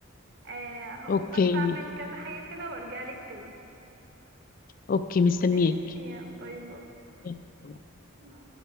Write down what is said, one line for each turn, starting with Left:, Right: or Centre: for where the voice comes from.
Right: آه هقوم
Left: اوكي
Right: بس اعمل كذا حاجه كده وارجع لك تاني
Left: اوكي مستنياكي
Right: ماشي باي
Left: يلا.
Right: باي